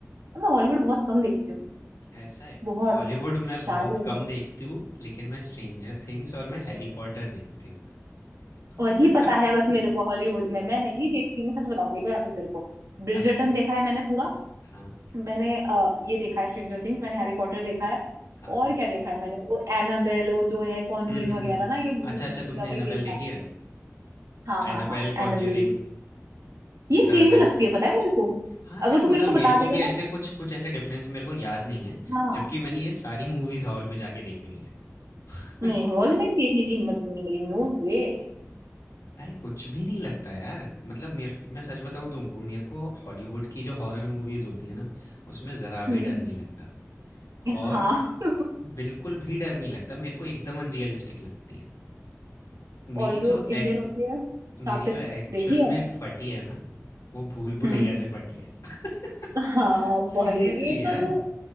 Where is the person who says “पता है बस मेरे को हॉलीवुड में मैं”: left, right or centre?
Right